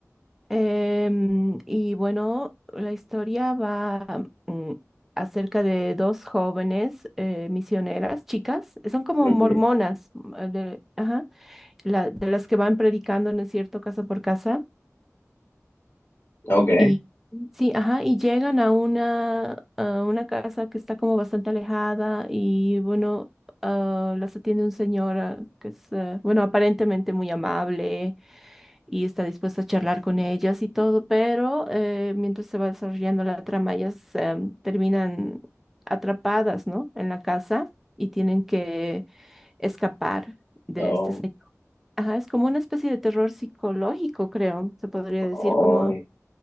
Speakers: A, in the centre; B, on the left.
A: Em, y bueno, la historia va mm, acerca de dos jóvenes eh, misioneras, chicas, son como
B: Ujú.
A: mormonas, mm, de- ajá, la- de las que van predicando, ¿no es cierto?, casa por casa.
B: Okay.
A: Y sí, ajá, y llegan a una, a una casa que está como bastante alejada y bueno, ah, las atiende un señor ah, que es, ah, bueno, aparentemente muy amable y está dispuesto a charlar con ellas y todo, pero eh, mientras se va desarrollando la trama, ellas em, terminan atrapadas, ¿no? En la casa y tienen que escapar de
B: Oh,
A: este señor. Ajá, es como una especie de terror psicológico, creo, se podría decir,
B: ay.
A: como...